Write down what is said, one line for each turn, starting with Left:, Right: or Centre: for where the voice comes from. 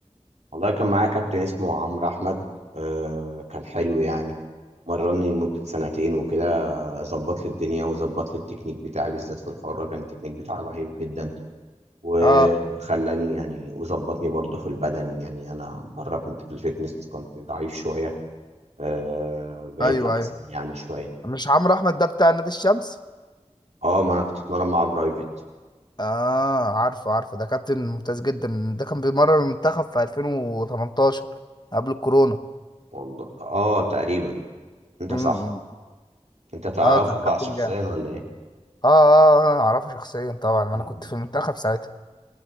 Right: والله كان معايا كابتن اسمه عمرو احمد آه، كان حلو يعني مرني لمدة سنتين وكده ظبط لي الدنيا وظبط لي التكنيك بتاعي بالذات في الحرة كان التكنيك بتاعي ضعيف جدا وخلاني
Left: اه
Right: يعني وظبطني برضه في البدني يعني انا بره كنت في الفيتنس كنت ضعيف شويه آه بقيت
Left: ايوه
Right: احسن
Left: ايوه
Right: يعني شويه
Left: مش عمرو احمد ده بتاع نادي الشمس
Right: اه ما انا كنت اتمرن مع برايفت
Left: اه عارفه عارفه ده كابتن ممتاز جدا ده كان بيمرن المنتخب في 2018 قبل الكورونا
Right: والله اه تقريبا انت
Left: امم
Right: صح انت تعرفه
Left: اه كان كابتن
Right: بقى شخصيا
Left: جامد
Right: ولا ايه
Left: اه اه آه، اعرفه شخصيا طبعا ما
Right: مم.
Left: انا كنت في المنتخب ساعتها